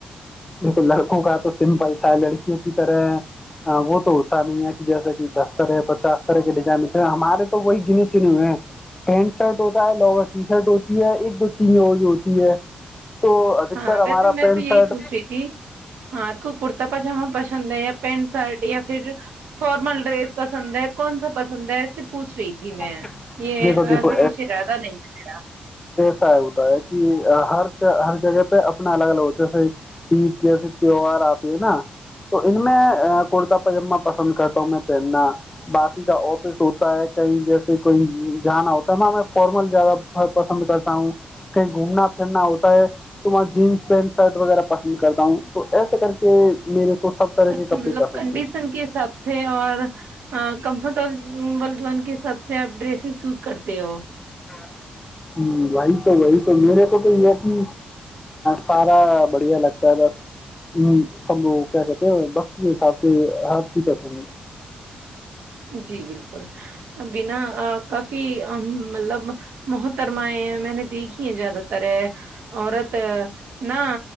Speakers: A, on the left (about 20°); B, on the right (about 70°).
A: دیکھو لڑکوں کا تو سمپل تھا لڑکیوں کی طرح وہ تو ہوتا نہیں ہے کہ جیسا کہ دس طرح پچاس طرح کے ڈیزائن ہوتے ہمارے تو وہی گنے چنے ہوئے ہیں پینٹ شرٹ ہوتا ہے لون ٹی شرٹ ہوتی ہے ایک دو چین جو ہوتی ہے تو ادکتر
B: ہاں
A: ہمارا
B: ویسے میں
A: پینٹ
B: تو یہی
A: شرٹ
B: پوچھ رہی ہاں آپ کو کرتا پاجامہ پسند ہے یا پینٹ شرٹ یا پھر فارمل ڈریس پسند ہے کون سا پسند ہے ایس سے پوچھ رہی تھی میں
A: شرٹ
B: یہ
A: دیکھو دیکھو
B: ایسا کچھ ارادہ نہیں ہے میرا
A: ایا ہوتا ہے کہ ہر ہر جگہ پہ اپنا الگ الگ ہو جیسے پت جیسے تیوار آتے ہے نا تو ان میں کرتا پاجامہ پسند کرتا ہوں میں پہننا باقی کا س ہوتا ہے کہیں جیسے کو جانا ہوتا ہےاں میں فارمل زیادہ پسند کرتا ہوں کہیں گھومنا پھرنا ہوتا تمار جینس پینٹ شرٹ وغیرہ پسند کرتا ہوں تو ایسا کر کے میرے کو سب طرح
B: اچھا
A: کے کپڑے
B: مطلب
A: پسند
B: کنڈیشن
A: ہیں
B: کے حساب سے اور کمفرٹیبل جوون کے حساب سے آپ ڈریسز چوز کرتے ہو
A: ہ وہی تو وہی تو میرے کو تو یہ کہ سارا بڑھیا لگتا ہے بس سب کیا کہتے ہیں وقت کے حساب سے ہر چیز پسند ہے
B: جی بالکل بنا ا کافی ا مطلب بہت سرمائے ہیں میں نے دیکھی ہیں زیادہ ر اورورت نہ